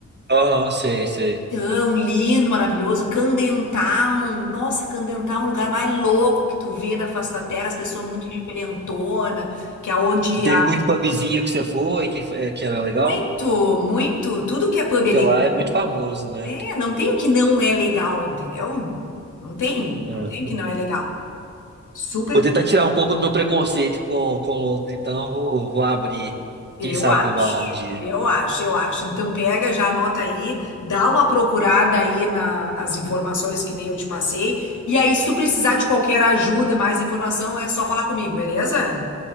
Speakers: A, on the right (about 35°); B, on the left (about 85°).
A: Aham, sei, sei.
B: Tão lindo, maravilhoso. Candentown. Nossa, Candentown é um lugar mais louco que tu vê na face da terra, as pessoas muito diferentona, que é onde
A: Teve
B: há
A: muito pubzinho que você foi, que, foi- que era legal?
B: muito, muito, tudo que é pub é
A: Sei
B: legal.
A: lá, é muito famoso, né?
B: É, não tem o que não é legal, entendeu? Não tem,
A: É.
B: não tem o que não é legal. Super
A: Vou tentar tirar um pouco do meu preconceito com, com Londres, então eu vou, vou abrir.
B: Eu
A: Quem sabe
B: acho,
A: que eu vá lá um dia.
B: eu acho, eu acho. Então pega, já anota aí, dá uma procurada aí na- nas informações que nem eu te passei. E aí, se tu precisar de qualquer ajuda, mais informação, é só falar comigo, beleza?